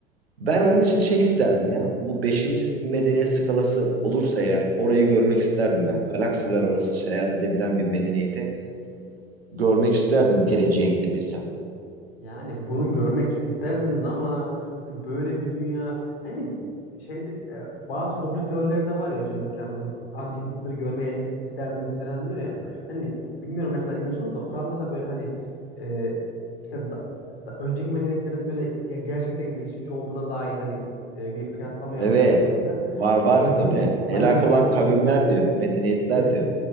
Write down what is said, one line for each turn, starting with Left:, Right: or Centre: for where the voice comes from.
Right: Ben onun için şey isterdim ya. Bu beşinci medeniyet skalası olursa eğer orayı görmek isterdim yani. Galaksiler arası seyahat edebilen bir medeniyeti görmek isterdim geleceğe gidebilsem.
Left: Yani bunu görmek isterdiniz ama hani böyle bir dünya hani şeyde e, bazı komplo teorileri de var ya hocam mesela bu Mıs- antik Mısır'ı görmeye isterdiniz falan diyor ya. Hani bilmiyorum ne kadar inanıyorsunuz da Kur'an'da da böyle hani e, mesela da- da önceki medeniyetlerin böyle ge- gerçekten gelişmiş olduğuna dair hani e, bir kıyaslama yapılıyor
Right: Evet.
Left: mesela.
Right: Var var
Left: E, Önceki
Right: tabii. Helak
Left: aynen
Right: olan
Left: çok
Right: kavimler
Left: iyi.
Right: diyor. Medeniyetler
Left: evet
Right: diyor.